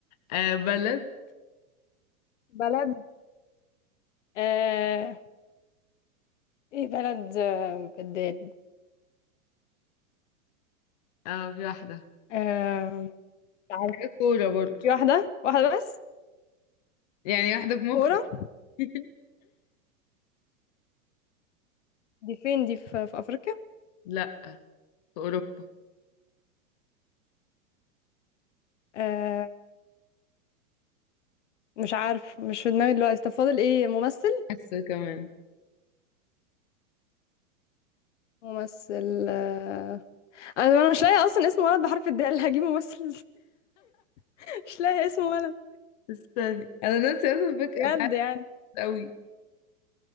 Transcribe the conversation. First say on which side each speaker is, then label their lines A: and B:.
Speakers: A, on the left (about 30°); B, on the left (about 55°).
A: آه بلد
B: بلد آه... ايه بلد آه... بدال
A: اه في واحدة
B: آه... مش عارفة
A: حاجة كورة برضو
B: في واحدة واحدة بس
A: يعني واحدة في مخي
B: كورة
A: <laughs>
B: دي فين دي في, في أفريقيا
A: لأ في أوروبا
B: آه... مش عارف مش في دماغي دلوقتي طب فاضل ايه ممثل
A: حاسة كمان
B: ممثل آه... انا أنا مش لاقية اصلا اسم ولد بحرف الدال <laughs> هجيب ممثل إزاي؟ <laughs> مش لاقية اسم ولد
A: استني انا ناسي اصلا فاكرة
B: بجد
A: بعد
B: يعني
A: قوي